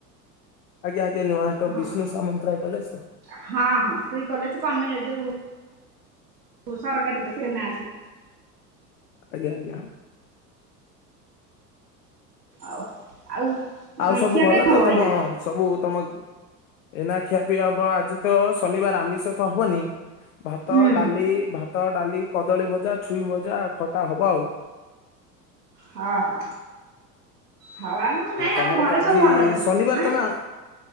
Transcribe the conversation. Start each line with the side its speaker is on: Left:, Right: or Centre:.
Left: ଆଜ୍ଞା ଆଜ୍ଞ ନୂଆ ହାଟ
Right: ହଁ
Left: ବିଷ୍ଣୁ ସାମନ୍ତରାୟ କଲେଜ ତ।
Right: ହଁ ହଁ ସେଇ କଲେଜ କୁ ଆମେ ଯୋଉ ଓ ସରକାରୀ <unintelligible> ସେ ନା
Left: ଆଜ୍ଞା ଆଜ୍ଞା।
Right: ଆଉ ଆଉ
Left: ଆଉ ସବୁ
Right: ଖିଆପିଆ
Left: ଭଲ
Right: ଥବ
Left: ତ ତମ
Right: ଏଇନା
Left: ସବୁ ତମ ଏଇନା ଖିଆ ପିଆ ହବ ଆଜି ତ ଶନିବାର ଆମିଷ ତ ହବନି ଭାତ
Right: ହୁଁ
Left: ଡାଲି ଭାତ ଡାଲି କଦଳୀ ଭଜା ଛୁଇଁ ଭଜା ଖଟା ହବ ଆଉ।
Right: ହଁ ହଁ। ହଉ ଆମ ନାଇଁ
Left: ତମର
Right: ଆମ ଘରେ
Left: ତ ଆଜି
Right: ସବୁ ଭଲ ଅଛନ୍ତି
Left: ଶନିବାର
Right: ହଁ
Left: ତମେ ଆଁ